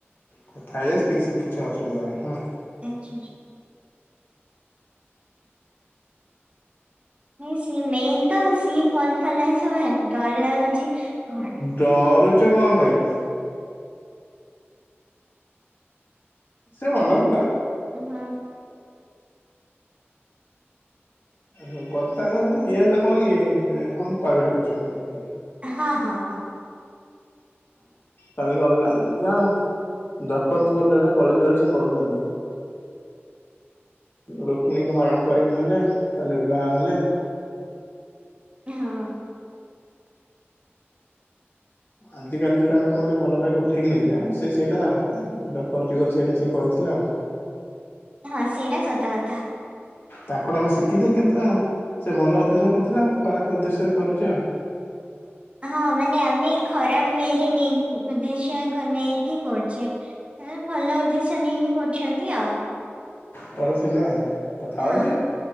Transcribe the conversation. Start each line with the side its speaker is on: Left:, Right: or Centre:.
Left: କଥା ହେଇଜା କିଛି ଅସୁବିଧା ନାହିଁ ହେଲା।
Right: ଆଚ୍ଛା ଆଛା। ସିଏ ମେନ୍ ତ ସିଏ କଲ କଲା ସବୁ ଡର ଲାଗୁଛି। ହଁ
Left: ଡରୁଛ କଣ ପାଇଁ? ସେ ଭଲ ପିଲା।
Right: ହଁ।
Left: ଆ କଥା ଇଏ ହେଲେ କଣ କି ମ କହିଵି ପଛରେ।
Right: ହଁ ହଁ ହଁ।
Left: ତାରେ ଗଲା ଯା ଆଉ ଦ୍ୱାପର ଯୁଗ ଲୀଳା କଳିଯୁଗରେ ସେ କରୁଛନ୍ତି। ରୁକ୍ମଣିଙ୍କୁ ହରଣ କରିକି ନେଲେ କାଲି ବିବାହ ହେଲେ।
Right: ହଁ।
Left: ଆଜିକାଲି ଯୋଉଟା ଆମେ କହୁଛେ ଭଲ ପାଇ ଉଠେଇକି ନେଇଯିବା ସେ ସେଇଟା ଦ୍ୱାପର ଯୁଗରେ ସେଇଟା ସେ କରୁଥିଲେ ଆଉ
Right: ହଁ ସେଇଟା ସତକଥା।
Left: ତାଙ୍କଠୁ ଆମେ ଶିଖିଛେ କିନ୍ତୁ ସେ ଭଲ ଉଦ୍ଦେଶ୍ୟ କରୁଥିଲେ ଆମେ ଖରାପ ଉଦ୍ଦେଶ୍ୟରେ କରୁଛେ ଆଉ
Right: ହଁ ମାନେ ଆମେ ଖରାପ ୱେରେ ନେଇ ଉଦ୍ଦେଶ୍ୟ ନେଇକି କରୁଛେ। ହ ଭଲ ଉଦ୍ଦେଶ୍ୟ ନେଇକି କରୁଛନ୍ତି ଆଉ
Left: କରିଥିଲେ ଆଉ କଥା
Right: ହଁ
Left: ହଉଛି।